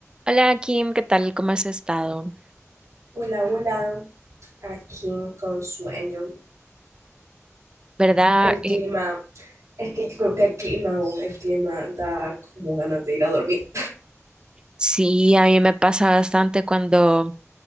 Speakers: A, on the right; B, on the right.
A: Hola Kim, ¿qué tal? ¿Cómo has estado?
B: Hola, hola, aquí con sueño.
A: ¿Verdad?
B: El
A: Eh,
B: clima, es que yo creo que el clima, o el clima da como ganas de ir a dormir.
A: sí, a mí me pasa bastante cuando